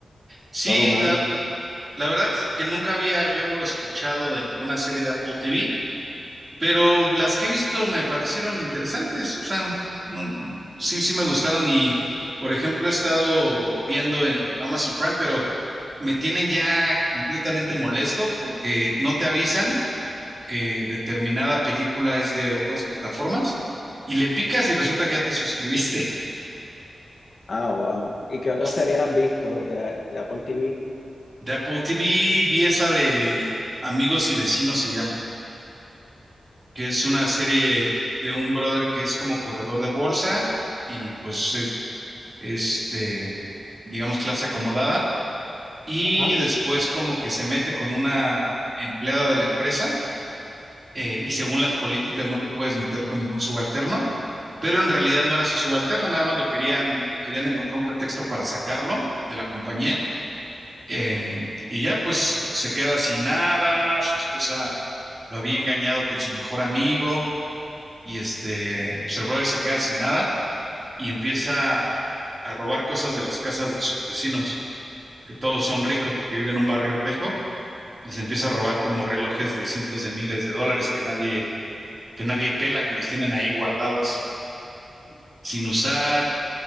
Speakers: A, on the right; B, on the left.
A: Sí,
B: por un año.
A: la, la verdad que, que nunca había yo escuchado de ninguna serie de Apple TV, pero las que he visto me parecieron interesantes, o sea, no- sí, sí me gustaron y, por ejemplo, he estado viendo en Amazon Prime, pero me tienen ya completamente molesto porque no te avisan que determinada película es de otras plataformas y le picas y resulta que ya te suscribiste. <laughs>
B: Ah, wow. ¿Y qué otra
A: O
B: serie has visto de, de Apple TV?
A: De Apple TV vi esa de Amigos y Vecinos se llama, que es una serie de un brother que es como corredor de bolsa y pues es, es de, digamos, clase acomodada y
B: Ajá.
A: después como que se mete con una empleada de la empresa eh, y según las políticas no te puedes meter con ningún subalterno, pero en realidad no era su subalterno, nada más lo querían, le querían encontrar un pretexto para sacarlo de la compañía. eh, y ya pues se queda sin nada, su esposa lo había engañado con su mejor amigo y este, pues el brother se queda sin nada y empieza a robar cosas de las casas de sus vecinos, que todos son ricos porque viven en un barrio rico, les empieza a robar como relojes de cientos de miles de dólares que nadie que nadie pela, que los tienen ahí guardados sin, sin usar.